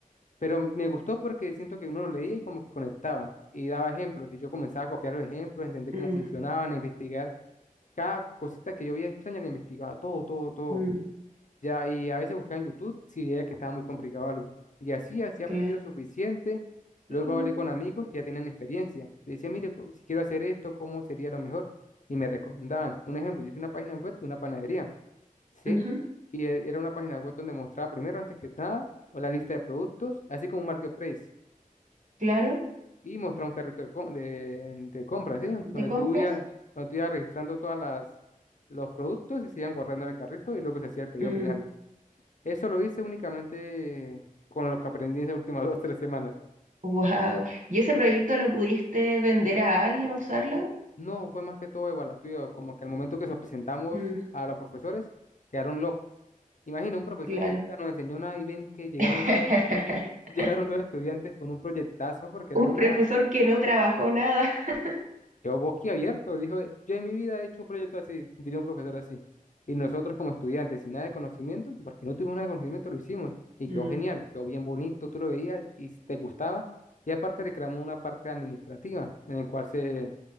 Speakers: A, on the left; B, on the right.
A: pero me gustó porque siento que uno lo leía y como que conectaba y daba ejemplos. Y yo comenzaba a copiar los ejemplos, entender
B: Mm,
A: cómo funcionaban, a investigar Cada cosita que yo veía extraña la investigaba, todo, todo, todo.
B: mm,
A: Ya, y a veces buscaba en YouTube si veía que estaba muy complicado algo. Y así, así aprendí
B: cla-
A: lo suficiente. Luego
B: sí,
A: hablé con amigos que ya tenían experiencia. Le decía, mire, co- si quiero hacer esto, ¿cómo sería lo mejor? Y me recomendaban. Un ejemplo, yo hice una página web de una panadería, ¿sí?
B: ujú,
A: Y e- era una página web donde mostraba primero, antes que nada, o la lista de productos, así como un marketplace
B: Claro,
A: y mostrar un carrito de, com- de, de compras, ¿sí?
B: de
A: Donde
B: compras.
A: tú ibas, donde tú ibas registrando todas las, los productos y se iban guardando en el carrito y luego se hacía el pedido
B: Mm,
A: final. Eso lo hice únicamente con lo que aprendí en las últimas <laughs> dos, tres semanas.
B: wow. ¿Y ese proyecto lo pudiste vender a alguien, usarlo?
A: No, fue más que todo evaluativo, como que al momento que se presentamos
B: Mm,
A: a los profesores, quedaron locos. Imagina un profesor
B: claro.
A: que nunca nos enseñó nada y ven que llegaron
B: <laughs>
A: dos, <laughs> llegaron dos estudiantes con un proyectazo porque
B: Un
A: era una,
B: profesor que no trabajó nada. <laughs>
A: Quedó boquiabierto, dijo, yo en mi vida he hecho un proyecto así, diría un profesor así. Y nosotros como estudiantes, sin nada de conocimiento, porque no tuvimos nada de conocimiento, lo hicimos. Y quedó
B: Mm,
A: genial, quedó bien bonito, tú lo veías y si te gustaba. Y aparte le creamos una parte administrativa en el cual se,